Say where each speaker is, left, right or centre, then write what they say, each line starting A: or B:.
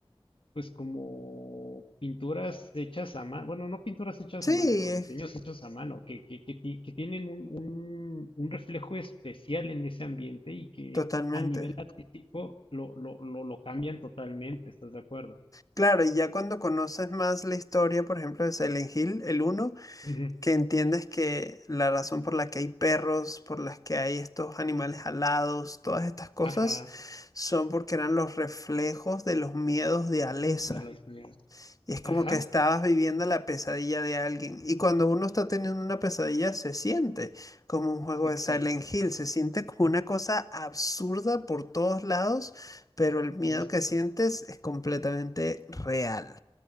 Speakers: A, on the left (about 65°); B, on the left (about 35°).
A: pues como pinturas hechas a mano, bueno, no pinturas hechas
B: Sí,
A: a mano, pero
B: eh,
A: diseños hechos a mano, que, que, que, ti- que tienen un, un, un reflejo especial en ese ambiente y que
B: totalmente.
A: a nivel artístico lo, lo, lo, lo cambian totalmente, ¿estás de acuerdo?
B: Claro, y ya cuando conoces más la historia, por ejemplo, de Silent Hill, el uno
A: Ujú.
B: que entiendes que la razón por la que hay perros, por las que hay estos animales alados, todas estas cosas,
A: Ajá,
B: son porque eran los reflejos de los miedos de Alessa.
A: de las mías.
B: Y es como
A: Ajá,
B: que estabas viviendo la pesadilla de alguien. Y cuando uno está teniendo una pesadilla, se siente como un juego
A: exacto,
B: de Silent Hill, se siente como una cosa absurda por todos lados, pero el miedo
A: justo.
B: que sientes es completamente real.